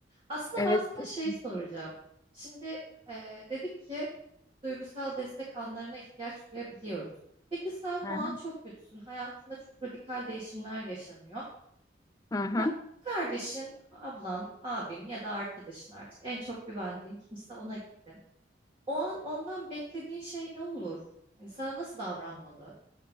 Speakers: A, on the right (about 30°); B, on the left (about 20°).
A: Aslında
B: <laughs> Evet
A: ben sana
B: kesin.
A: şey soracağım. Şimdi eee, dedik ki duygusal destek anlarına ihtiyaç duyabiliyoruz. Peki sen
B: Hı
A: o
B: hı.
A: an çok kötüsün. Hayatında çok radikal değişimler yaşanıyor.
B: Hı hı.
A: Ka- kardeşin, ablan, abin ya da arkadaşın artık en çok güvendiğin kimse ona gittin. O an ondan beklediğin şey ne olur? Hani sana nasıl davranmalı?